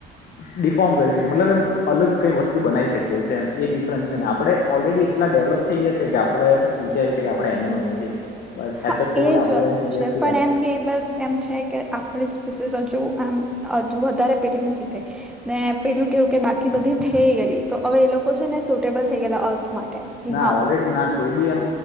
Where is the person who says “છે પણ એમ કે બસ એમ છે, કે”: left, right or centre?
Centre